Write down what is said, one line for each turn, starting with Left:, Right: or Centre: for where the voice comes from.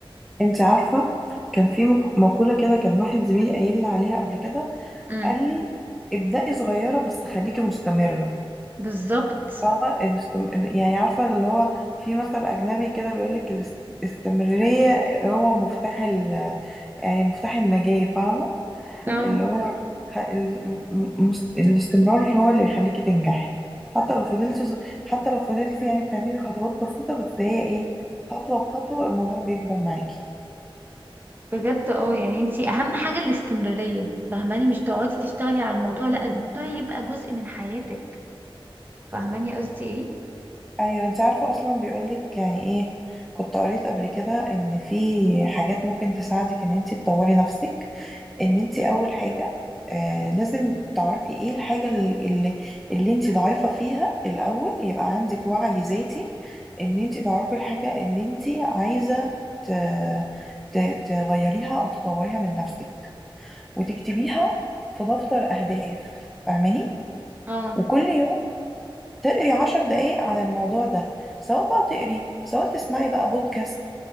Centre: انت عارفه كان في مق- مقوله كده كان واحد زميلي قايل لي عليها قبل كده
Right: امم
Centre: قال لي ابدأي صغيرة بس خليكي مستمرة
Right: بالظبط
Centre: فاهمة الاستم... يعني عارفة اللي هو في مثل أجنبي كده بيقولك الاستمرارية هو مفتاح ال... يعني مفتاح النجاة فاهمة
Right: اه
Centre: اللي هو خ... ال... م- م- الاستمرار هو اللي يخليكي تنجحي حتى لو فضلتي ز- حتى لو فضلتي يعني بتعملي خطوات بسيطة بس هي ايه خطوة بخطوة الموضوع بيكبر معاكي
Right: بجد اه يعني انتي اهم حاجة الاستمرارية فاهماني مش تقعدي تشتغلي على الموضوع لا الموضوع يبقى جزء من حياتك فاهماني قصدي ايه
Centre: ايوه انت عارفه اصلا بيقولك يعني ايه كنت قريت قبل كده ان في حاجات ممكن تساعدك ان انت تطوري نفسك ان انت اول حاجه آه لازم تعرفي ايه الحاجه اللي اللي انت ضعيفه فيها الاول يبقى عندك وعي ذاتي ان انت تعرفي الحاجه اللي انت عايزه ت... ت... تغيريها او تطوريها من نفسك وتكتبيها في دفتر اهداف فاهماني
Right: اه
Centre: وكل يوم تقري عشر دقايق عن الموضوع ده سواء بقى تقري سواء تسمعي بقى بودكاست